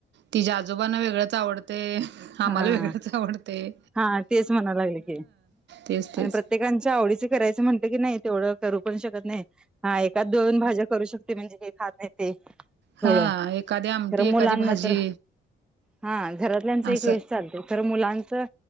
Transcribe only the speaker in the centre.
हा
हा तेच म्हणा लागले की
आणि प्रत्य प्रत्येकांच्या आवडीच करायचं म्हणते कि नाय तेवढं करू पण शकत नाही हा एकाच दोन भाज्या करू शकत ते म्हणजे काही खात नाही ते. थोडं
खरं मुलांना
तर हा घरातल्यांच एक
वेळेस चालतय खरं मुलांचं